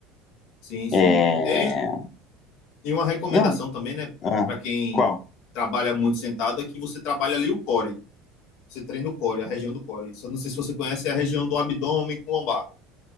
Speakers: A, on the left (about 55°); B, on the left (about 25°).
A: sim, sim.
B: É...
A: E, e uma recomendação
B: Não,
A: também, né,
B: ah,
A: para quem
B: qual?
A: trabalha muito sentado, é que você trabalha ali o core. Você treina o core, a região do core. Só não sei se você conhece é a região do abdômen com lombar.